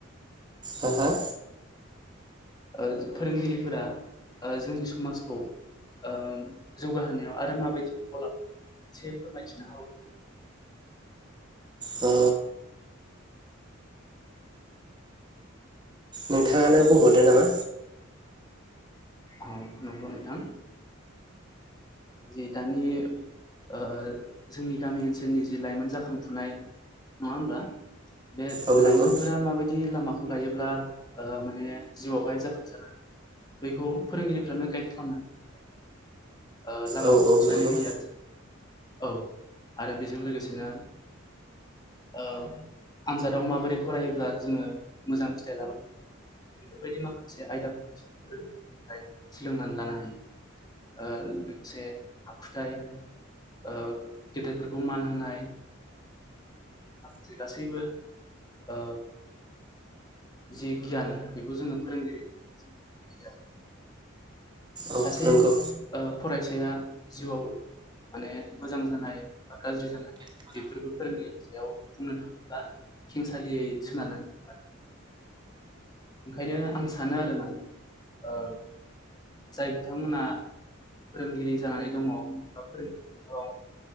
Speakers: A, on the right (about 25°); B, on the left (about 20°).
A: हो हो?
B: ओ फोरोंगिरिफोरा ओ जोंनि समाजखौ ओ जौगाहोनायाव आरो माबायदि बिफाव लाबोदों मोनसे फोरमायथिनो हाबावगोनना?
A: औ। नोंथाङानो बुंहरदो नामा?
B: औ नोंगौ नोंथां जे दानि ओ ओ जोंनि गामि ओनसोलनि जि लाइमोन जाखांफुनाय नङा होमब्ला? बे
A: औ
B: लाइमोनफोरा
A: नंगौ
B: माबायदि लामाखौ लायोब्ला ओ माने जिआवहाय जाफुंसार बेखौ फोरोंगिरिफ्रानो गाइड खालामनानै होयो ओ लामाखौ
A: औ औ
B: थिनानै
A: नंगौ
B: होयो आरो जों औ आरो बेजों लोगोसेनो ओ आन्जादाव माबोरै फरायोब्ला जोङो मोजां फिथाइ लाबोनो हायो। बेफोरबायदि माखासे आयदाफोरखौ जों फोरों सोलोंनानै लानो हायो। ओ लोगोसे आखुथाय। ओ गेदेरफोरखौ मान होनाय। माखासे गासैबो ओ जि गियान बेखौ जोङो फोरोंगिरि जों मोननो हायो आरो।
A: औ
B: सासे
A: नंगौ
B: ओ फरायसाया जिउआव माने मोजां जानाय बा गाज्रि जानाय बेफोरबो फोरोंगिरि सायाव बुंनो थाङोब्ला खेंसालियै सोनारनानै दं आरो। ओंखायनो आं सानो आरो माने ओ जाय बिथांमोनहा फोरोंगिरि जानानै दङा एबा फोरोंगिरि हाबा मावो